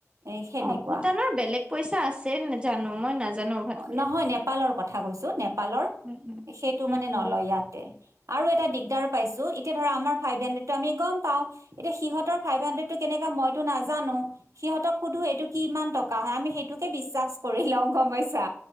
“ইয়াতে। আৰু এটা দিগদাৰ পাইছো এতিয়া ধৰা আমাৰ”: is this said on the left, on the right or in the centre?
Right